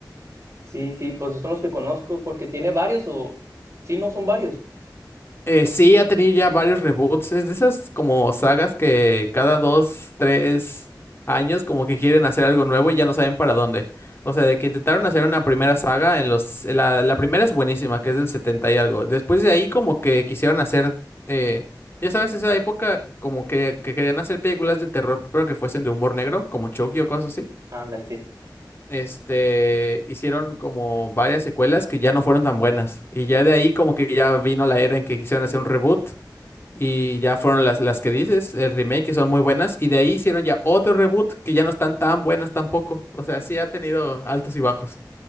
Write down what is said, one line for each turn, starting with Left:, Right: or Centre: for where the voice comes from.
Right: sí, sí, pues son los que conozco, porque tiene varios o... Sí, no, son varios.
Left: Eh, sí, ha tenido ya varios reboots. Es de esas como sagas que cada dos, tres años como que quieren hacer algo nuevo y ya no saben para dónde. O sea, de que intentaron hacer una primera saga en los... La, la primera es buenísima, que es del 70 y algo. Después de ahí como que quisieron hacer... eh, ya sabes, esa época como que, que querían hacer películas de terror, pero que fuesen de humor negro, como Chucky o cosas así.
Right: Ándale, sí.
Left: Este, hicieron como varias secuelas que ya no fueron tan buenas. Y ya de ahí como que ya vino la era en que quisieron hacer un reboot y ya fueron las, las que dices, el remake, que son muy buenas. Y de ahí hicieron ya otro reboot que ya no están tan buenas tampoco. O sea, sí ha tenido altos y bajos.